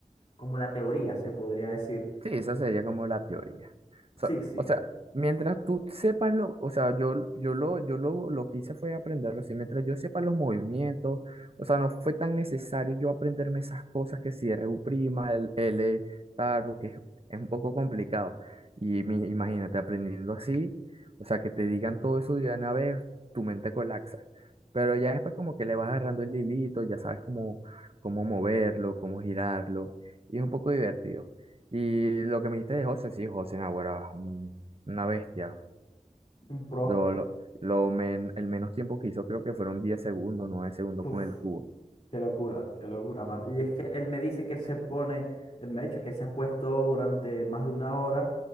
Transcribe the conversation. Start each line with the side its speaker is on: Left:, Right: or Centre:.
Left: como la teoría, se podría decir.
Right: Sí, esa sería como la teoría. So-
Left: Sí, sí,
Right: o sea, mientras tú sepas lo, o sea, yo, yo lo, yo lo, lo que hice fue aprenderlo, así, mientras yo sepa los movimientos, o sea, no fue tan necesario yo aprenderme esas cosas que si R u prima, el L, tal, porque es, es un poco complicado. Y mi- imagínate aprendiendo así, o sea, que te digan todo eso de una vez, tu mente colapsa. Pero ya después como que le vas agarrando el hilito, ya sabes cómo, cómo moverlo, cómo girarlo, y es un poco divertido. Y lo que me dijiste de José, sí, José Naguará, un- una bestia.
Left: un pro.
Right: Lo, lo, lo men- el menos tiempo que hizo creo que fueron 10 segundos, nueve segundos
Left: Puf,
Right: con el cubo.
Left: qué locura, qué locura, mano. Y
Right: Sí,
Left: es que él me dice que él se pone, él me ha dicho que se ha puesto durante más de una hora